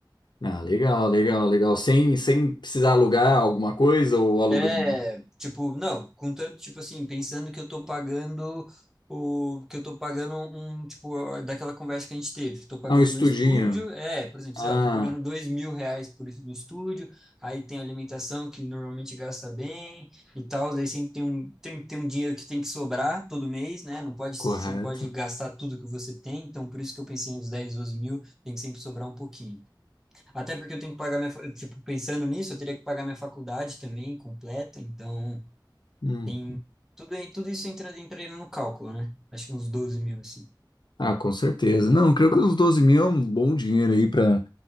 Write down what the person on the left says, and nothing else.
Ah, legal, legal, legal. Sem, sem precisar alugar alguma coisa ou alugando.
Ah, um estudinho.
Ah.
Correto.
Hum.
Ah, com certeza. Não, creio que os doze mil é um bom dinheiro aí para